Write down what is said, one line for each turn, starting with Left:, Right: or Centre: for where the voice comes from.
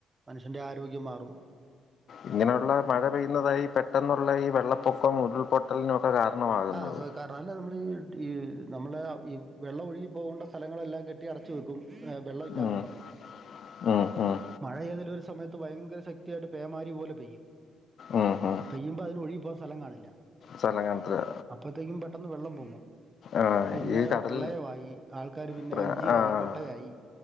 Right: മനുഷ്യൻ്റെ ആരോഗ്യം മാറും
Left: ഇങ്ങനെയുള്ള മഴ പെയ്യുന്നതായി പെട്ടെന്നുള്ള ഈ വെള്ളപ്പൊക്കം ഉരുൾപൊട്ടലിനുമൊക്കെ കാരണമാകുന്നത്
Right: ആ കാരണം അല്ല നമ്മൾ ഈ ഈ നമ്മള ഈ വെള്ളം ഒഴുകി പോകേണ്ട സ്ഥലങ്ങളെല്ലാം കെ ട്ടി അടച്ചു വെക്കും വെള്ളം ഇല്ലാതെന്ന്
Left: ഉം
Right: പറഞ്ഞിട്ടേ
Left: ഉം ഉം
Right: മഴയെതലും ഒരു സമയത്ത് ഭയങ്കര ശക്തിയായിട്ട് പേമാരി പോലെ പെയ്യും
Left: ഉം ഉം
Right: പെയ്യുമ്പൊ അതിന് ഒഴികി പോകാൻ സ്ഥലം കാണില്ല
Left: സ്ഥലം കാണത്തില്ല
Right: അപ്പത്തേക്കും പെട്ടെന്ന് വെള്ളം പൊങ്ങും
Left: ആഹ്
Right: പിന്നെ
Left: ഈ കടൽ
Right: പ്രളയമായി ആൾക്കാര് പിന്നെ
Left: പ്ര
Right: വഞ്ചിയായി
Left: ആഹ്
Right: കൊട്ടയായി